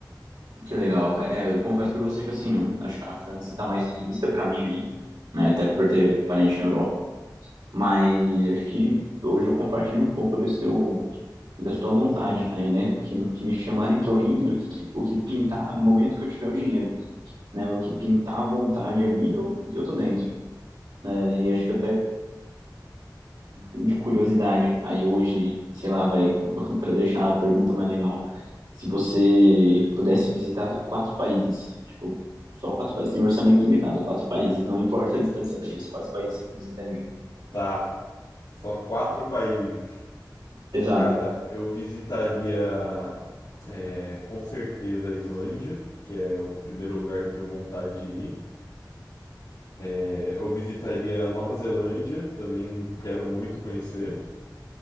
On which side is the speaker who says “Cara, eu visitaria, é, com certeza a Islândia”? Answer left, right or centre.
Left